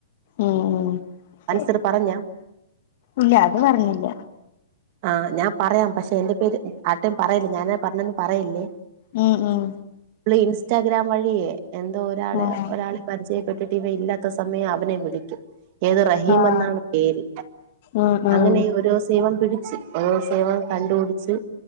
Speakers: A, on the left; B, on the right.
A: ഉം
B: അൻസർ
A: ഉ
B: പറഞ്ഞ
A: ഇല്ല അത് പറഞ്ഞില്ല
B: ആഹ് ഞാൻ പറയാം പക്ഷെ എന്റെ പേര് ആർടേം പറയല്ലേ ഞാനാ പറഞ്ഞേന്ന് പറയല്ലേ
A: ഉം ഉം
B: ല്ല ഇന്സ്റ്റഗ്രാം വഴിയെ എന്തോ ഒരാള
A: ആഹ്
B: ഒരാളെ പരിചയ ട്ടിട്ടവ ഇല്ലാത്ത സമയം അവനെ വിളിക്കും ഏത് റഹീം
A: ആഹ്
B: എന്നാണ് പേര്
A: ഉം ഉം
B: അങ്ങനെ ഓരൂസഇവം ഒരൂസം ഇവൻ കണ്ടുപിടിച്ച്